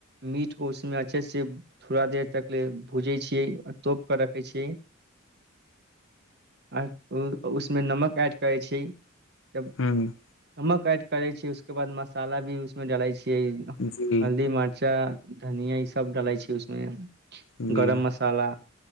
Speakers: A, on the right; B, on the left.
A: मीट उसमे अच्छे से थोड़ा देर तक भूजै छियै तोप कऽ रखै छियै आ उसमे नमक काटि करै छी जब
B: ह्म
A: हम करै छी उसके बाद मसाला भी उसमे जलै छी कहि न
B: जी
A: हल्दी मर्चा धनिया ई सब डालै छै उसमे
B: जी
A: गरम मसाला